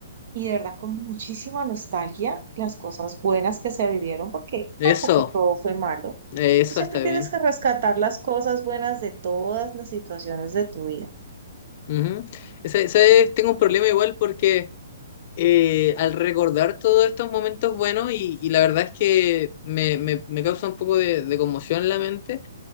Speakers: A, on the right; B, on the left.
A: y de verdad con muchísima nostalgia las cosas buenas que se vivieron, porque
B: eso,
A: tampoco todo fue malo.
B: eh, eso
A: Tú siempre
B: está
A: tienes
B: bien.
A: que rescatar las cosas buenas de todas las situaciones de tu vida.
B: Ujú. Ese- ese es- tengo un problema igual porque eh, al recordar todos estos momentos buenos y, y la verdad es que me, me- me causa un poco de, de conmoción en la mente,